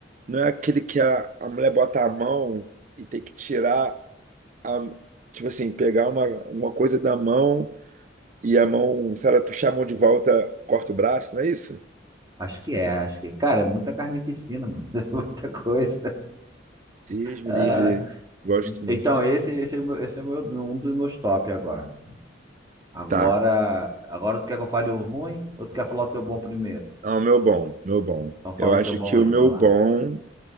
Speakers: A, on the right; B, on the right.
A: não é aquele que a, a mulher bota a mão e tem que tirar a, tipo assim, pegar uma, uma coisa da mão e a mão, se ela puxar a mão de volta, corta o braço, não é isso?
B: Acho que é, acho que. Cara, é muita carnificina, mano. <laughs> É muita coisa.
A: Deus me
B: Ah,
A: livre, gosto muito.
B: então, esse, esse, é o meu- esse é o meu- um dos meus top agora. Agora,
A: Tá.
B: agora tu quer que eu fale o ruim ou tu quer falar o teu bom primeiro?
A: Ah, o meu bom, meu bom.
B: Então fala
A: Eu acho
B: o teu bom
A: que o
B: aí,
A: meu
B: vai lá.
A: bom